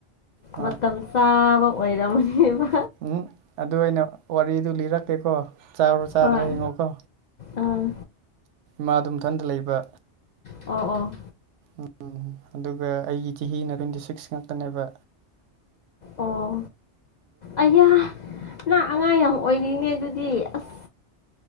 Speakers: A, on the right; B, on the left.
A: ꯍꯣꯏ
B: ꯃꯇꯝ ꯆꯥꯕ ꯑꯣꯏꯔꯝꯃꯅꯤꯕ
A: ꯎꯝ ꯑꯗꯨ ꯑꯩꯅ ꯋꯥꯔꯤꯗꯨ ꯂꯤꯔꯛꯀꯦꯀꯣ ꯆꯥꯎꯔꯣ ꯆꯥꯗ꯭ꯔꯦ
B: ꯍꯣꯏ
A: ꯍꯡꯉꯣꯀꯣ
B: ꯑꯥ
A: ꯃꯥ ꯑꯗꯨꯝꯊꯟꯗ ꯂꯩꯕ
B: ꯑꯣ ꯑꯣ
A: ꯎꯝ ꯑꯗꯨꯒ ꯑꯩꯒꯤ ꯆꯍꯤꯅ ꯇ꯭ꯋꯦꯟꯇꯤ ꯁꯤꯛꯁ ꯉꯛꯇꯅꯦꯕ
B: ꯑꯣ ꯑꯌꯥ ꯅꯪ ꯑꯉꯥꯡ ꯌꯥꯝ ꯑꯣꯏꯔꯤꯅꯦ ꯑꯗꯨꯗꯤ ꯑꯁ